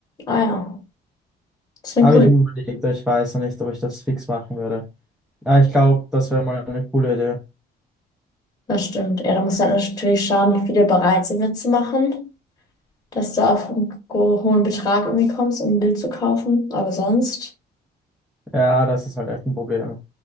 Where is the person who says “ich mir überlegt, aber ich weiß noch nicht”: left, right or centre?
Centre